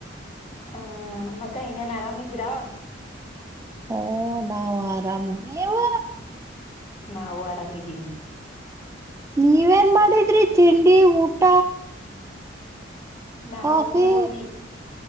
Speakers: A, on the left; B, on the right.
A: ಹ ಮತ್ತೆ ಇನ್ನೇನ್ ಆರಾಮಿದ್ದೀರಾ
B: ಓ ನಾವು ಆರಾಮವ ನೀವು
A: ನಾವು ಆರಾಮಿದೀವಿ
B: ನೀವೇನ್ ಮಾಡಿದ್ರಿ ತಿಂಡಿ ಊಟ
A: ನಾವು
B: ಕಾಫಿ
A: ತಿ